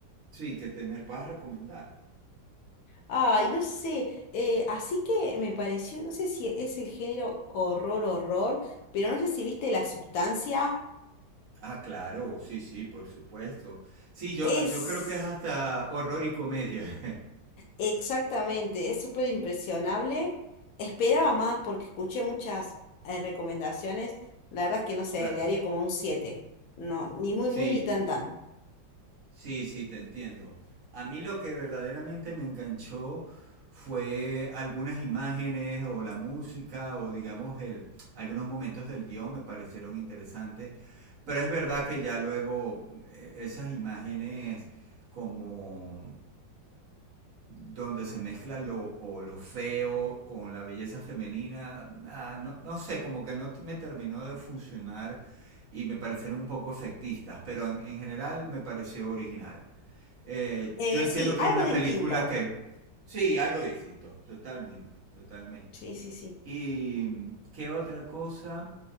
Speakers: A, on the right; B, on the left.
A: sí, que te me puedas recomendar.
B: Ay, no sé, eh, así que me pareció, no sé si es el género horror, horror, pero no sé si viste La Sustancia.
A: Ah, claro, sí, sí, por supuesto. Sí, yo,
B: Es
A: yo creo que es hasta horror y comedia. <laughs>
B: exactamente, es súper impresionable. Esperaba más porque escuché muchas eh, recomendaciones. La verdad es que no sé,
A: Claro,
B: le haría como un siete No, ni muy,
A: sí.
B: muy, ni tan, tan.
A: Sí, sí, te entiendo. A mí lo que verdaderamente me enganchó fue algunas imágenes o la música o digamos el, algunos momentos del guión me parecieron interesantes, pero es verdad que ya luego eh, esas imágenes como donde se mezcla lo, o lo feo con la belleza femenina, ah, no, no sé, como que no t- me terminó de funcionar y me parecieron un poco efectistas, pero en, en general me pareció original eh,
B: Eh,
A: yo entiendo
B: sí,
A: que
B: algo
A: es una
B: distinto.
A: película que... Sí, algo distinto, totalmente, totalmente.
B: Sí, sí, sí.
A: ¿Y mm, qué otra cosa?